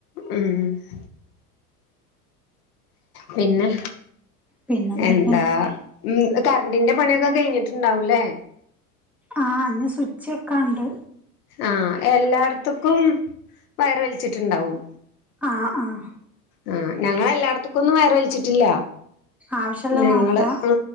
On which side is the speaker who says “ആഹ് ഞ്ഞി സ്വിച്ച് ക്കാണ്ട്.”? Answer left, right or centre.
Centre